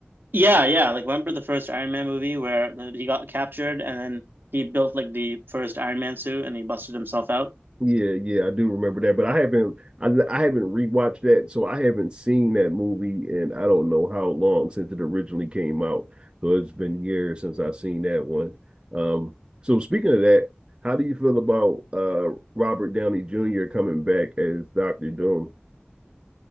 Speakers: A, on the right; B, on the right.
A: Yeah. Yeah. Like remember the first Iron Man movie where the, he got captured and then he built like the first Iron Man suit and he busted himself out.
B: Yeah, yeah, I do remember that, but I haven't, I, I haven't rewatched that, so I haven't seen that movie, and I don't know how long since it originally came out. So it's been years since I've seen that one. Um, so speaking of that, how do you feel about uh Robert Downey Jr. coming back as Doctor Doom?